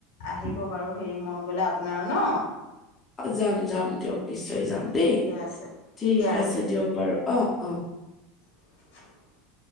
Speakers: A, on the left; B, on the left.
A: আহিব বাৰু হেৰি মন গ'লে আপোনাৰ ন।
B: অ যাম যাম দিয়ক নিশ্চয় যাম
A: ঠিকে
B: দেই,
A: আছে ঠিকে
B: ঠিক আছে দিয়ক বাৰু অ অ।
A: <inaudible>